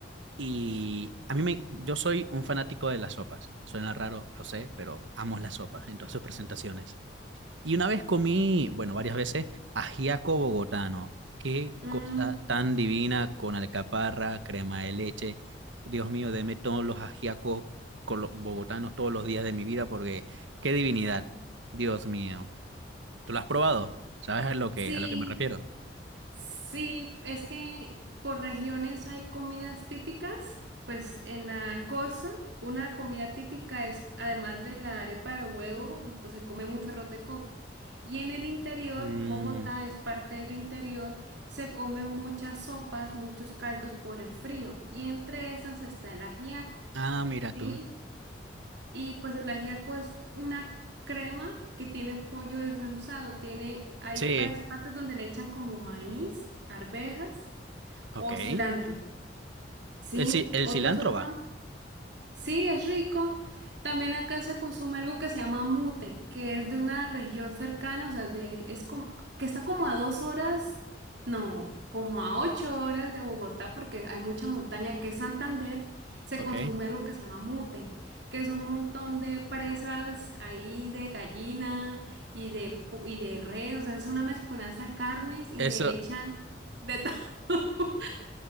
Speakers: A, on the right; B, on the right.
A: y a mí me, yo soy un fanático de las sopas. Suena raro, lo sé, pero amo las sopas en todas sus presentaciones. Y una vez comí, bueno, varias veces, ajiaco bogotano. Qué
B: Mm,
A: cosa tan divina con alcaparra, crema de leche. Dios mío, deme todos los ajiacos colo- bogotanos todos los días de mi vida porque qué divinidad. Dios mío. ¿Tú lo has probado? ¿Sabes a lo que,
B: sí.
A: a lo que me refiero?
B: Sí, es que por regiones hay comidas típicas. Pues en la costa, una comida típica es, además de la arepa de huevo, pues se come mucho arroz de coco. Y en el interior,
A: Mm,
B: Bogotá es parte del interior, se come muchas sopas, muchos caldos por el frío. Y entre esas está el ajiaco.
A: ah, mira
B: ¿sí?
A: tú.
B: Y pues el ajiaco es una crema que tiene pollo desmenuzado. Tiene, hay
A: Sí,
B: pais- partes donde le echan como maíz, arvejas
A: ok.
B: o
A: El,
B: cilantro. Sí,
A: ci- el
B: otra
A: cilantro
B: sopa.
A: va,
B: Sí, es rico. También acá se consume algo que se llama mute, que es de una región cercana, o sea, de, es como, que está como a dos horas, no, como a ocho horas de Bogotá, porque hay mucha montaña, que es Santander, se
A: ok.
B: consume lo que se llama mute, que es un montón de presas ahí de gallina y de, pu- y de res, o sea, es una mezcolanza de carnes y
A: Eso,
B: le echan de todo. <laughs>